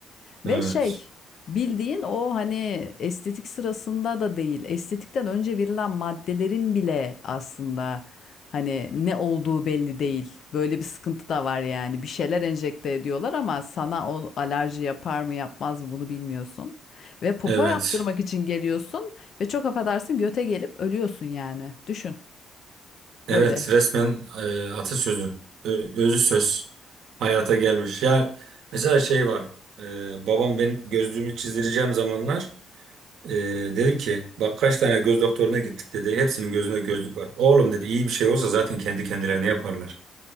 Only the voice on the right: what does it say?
Evet,
evet.
Evet
resmen e, atasözü, ö- özü söz hayata gelmiş. Ya mesela şey var, e, babam ben gözlüğümü çizdireceğim zamanlar e, dedi ki bak kaç tane göz doktoruna gittik dedi. Hepsinin gözünde gözlük var. Oğlum dedi iyi bir şey olsa zaten kendi kendilerine yaparlar.